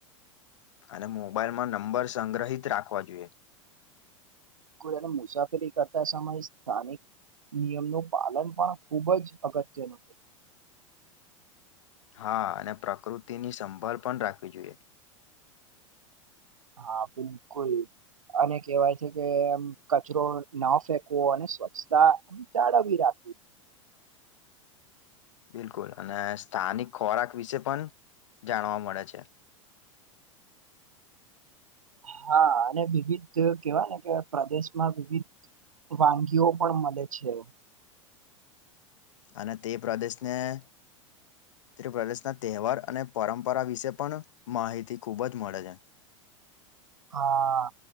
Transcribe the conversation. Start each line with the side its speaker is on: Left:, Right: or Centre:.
Left: અને મોબાઈલમાં નંબર સંગ્રહિત રાખવા જોઈએ
Right: બિલકુલ મુસાફરી કરતા સમયે સ્થાનિક નિયમનું પાલન પણ ખુબ જ અગત્યનું છે
Left: <unintelligible> હા અને પ્રકૃતિની સંભળ પણ રાખવી જોઈએ
Right: હા બિલકુલ અને કેવાય છે કેમ કચરો ના ફેકવો અને સ્વચ્છતા જાળવી રાખ
Left: <unintelligible> <inaudible> બિલકુલ અને સ્થાનિક ખોરાક વિશે પણ જાણવા મળે છે <inaudible>
Right: હા અને વિવિધ કેવા ને કે પ્રદેશમાં વિવિધ વાનગીઓ પણ મળે છે
Left: અને તે પ્રદેશને ઉત્ર પ્ર્રદેશના તહેવાર અને પરંપરા વિશે પણ માહિતી ખૂબ જ મળે છે <unintelligible>
Right: હા